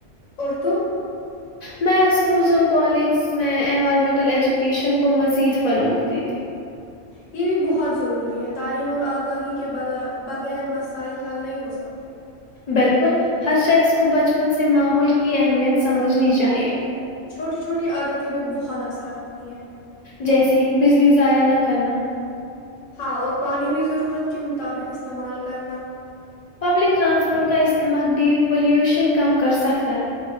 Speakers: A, on the left; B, on the left.
A: اورر تو
B: میں اسکولس اور کالجز میں انوائرمنٹل ایجوکیشن کو مزید فروغ دی تھی
A: یہ بھی بہت ضروری ہے تعلیم اور آگاہی کے بغیر مسائل حل نہیں ہو سکتے
B: بالکل ہر شخص کو بچپن سے ماحول کی اہمیت سمجھنی چاہیے
A: چھوٹی چھوٹی عادتیں بھی بہت اثر رکھتی ہیں
B: جیسے بجلی ضائع نہ کرنا
A: ہاں اور پانی بھی ضرورت کے مطابق استعمال کرنا
B: پبلک ٹرانسپورٹ کا استعمال بھی پلیوشن کم کر سکتا ہے